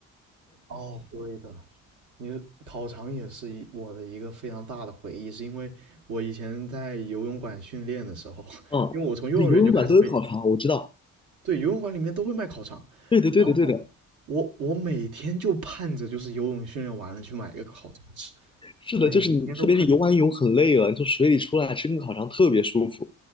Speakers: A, on the right (about 75°); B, on the left (about 20°).
A: 哦，对的，你烤肠也是一我的一个非常大的回忆，是因为我以前在游泳馆训练的时候，<laughs>
B: 嗯，
A: 因为我从幼儿园就开始被，
B: 就游泳馆都有烤肠，我知道。
A: 对，游泳馆里面都会卖烤肠，
B: 对的，
A: 然后我我每天就盼着就是游泳训练完了去买一个烤肠吃，
B: 对的，对的，是的，
A: 每天都盼。
B: 就是你，特别是游完泳很累了，你从水里出来吃根烤肠特别舒服。